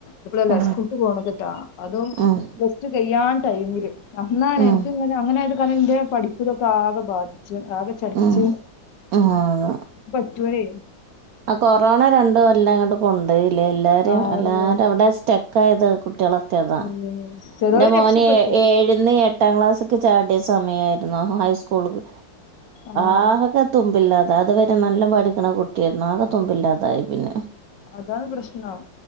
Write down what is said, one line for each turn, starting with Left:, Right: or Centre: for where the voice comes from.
Left: ഇപ്പളല്ല.
Right: ഓ
Left: സ്കൂക്ക് പോണത്ട്ടാ. അതും
Right: ഉം
Left: പ്ലസ് റ്റു കയ്യാൻ ടൈമില്. അന്നാണ്
Right: ഉം
Left: അങ്ങനെ ആയത് കാരണം ന്റെ പഠിപ്പ്തൊക്ക ആകെ ബാധി ച്ച് ആകെ ചടച്ച്
Right: ഉം ആഹ്
Left: പറ്റു രേ
Right: ആ കൊറോണ രണ്ടു കൊല്ല അങ്ങട്ട് കൊണ്ടോയി ല്ലേ എല്ലാരേം
Left: ആടോ
Right: എല്ലാരും അവിടെ സ്റ്റെക്കായത് കുട്ട്യോളൊക്കതാ
Left: ഉം ചെലോര്
Right: ന്റെ മോന്
Left: രക്ഷപ്പെട്ട്
Right: ഏഴ്ന്ന് എട്ടാം ക്ലാസ്സ്ക്ക്‌ ചാട്യ സമയായിര് യിരന്നു ഹയ്സ്കൂൾക്ക്‌
Left: ആഹ്
Right: ആകെ തുമ്പില്ലാ അത് വരെ നല്ലം പഠിക്ക്‌ണ കുട്ട്യേര്ന്നു ആകെ തുമ്പില്ലാതായി പിന്നെ
Left: അതാണ് പ്രശ്നം